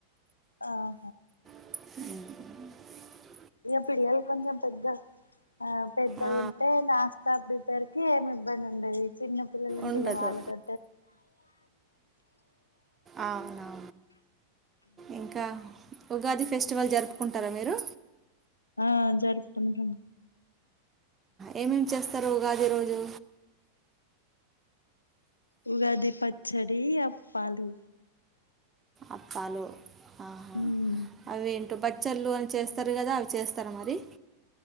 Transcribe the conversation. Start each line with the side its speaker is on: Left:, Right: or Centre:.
Left: ఆహ
Right: ఉహు
Left: ఇక పిల్లలు కొంచం పెద్ద ఆ పెద్దగా
Right: ఆ,
Left: ఉంటే నాష్టా ప్రిపేర్ ఏమి ఇబ్బంది ఉండది చిన్న పిల్లలుంటేగా
Right: ఉండదు
Left: వాళ్ళతో
Right: ఆహా ఇంక ఉగాది ఫెస్టివల్ జరుపుకుంటార మీరు
Left: ఆ జరుపుకుంటాం
Right: ఏమే మ్ చేస్తార్ ఉగాది రోజు
Left: ఉగాదిీ పచ్చడి అప్పాలు
Right: అప్పాలు ఆహా
Left: మ్
Right: అవి ఏంటో బచ్చళ్లుు అని చేస్తారు కదా అ చేస్తార మరి